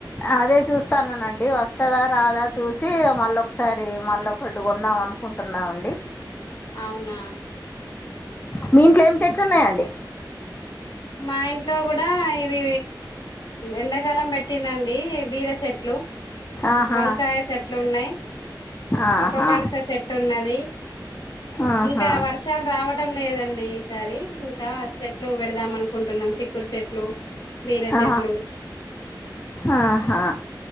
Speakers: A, on the left (about 25°); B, on the left (about 65°).
A: అదే చూస్తాననండి వస్తదా రాదా చూసి మళ్ళ ఒకసారి మళ్ళ ఒకటి కొందాం అను అనుకుంటున్నామండి
B: అవునా
A: మీ ఇంట్లో ఏమి చేట్లున్నాయండి
B: మా ఇంట్లో కూడా ఇవి ఎండాకాలం పెట్టినండి బీర చెట్లు
A: ఆహా
B: వంకాయ చెట్లు ఉన్నాయి
A: ఆహా
B: ఒక పనస చెట్టు ఉన్నది
A: ఆహా
B: ఇంకా వర్షాలు రావటం లేదండి సారే ఇంకా చెట్లు పెడదాం అనుకుంటున్నా చిక్కుడు చెట్లు బీర చెట్లు
A: ఆ ఆహా